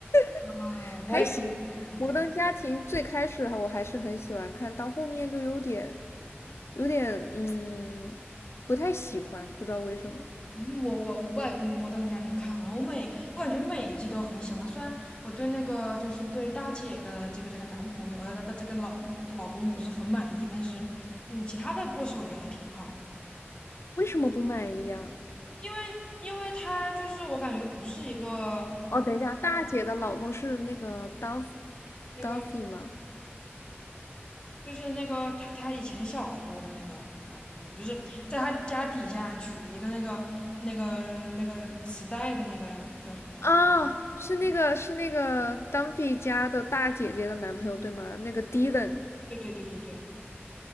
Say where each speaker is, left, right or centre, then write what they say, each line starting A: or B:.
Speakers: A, on the left; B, on the left.
A: <laughs>
B: 啊，我也看《摩登家庭》。
A: 还行。《摩登家庭》最开始还我还是很喜欢看，到后面就有点，有点嗯，不太喜欢，不知道为什么。
B: 嗯，我我我外摩摩登家庭》看完了，我每我感觉每一季都很喜欢。虽然我对那个就是对大姐的这个这个男朋友，呃，她这个老老公不是很满意，但是嗯，其他的故事我觉得还挺好的。
A: 为什么不满意啊？
B: 因为因为他就是我感觉不是一个
A: 哦，等一下，大姐的老公是那个 Duff
B: 那个，
A: Duffy 吗？
B: 就是那个他他以前小时候的那个男朋友，就是在他家底下举一个那个那个那个磁带的那个叫什么？
A: 啊，是那个是那个 Dumpy 家的大姐姐的男朋友对吗？那个 Dylan
B: 对对对对对，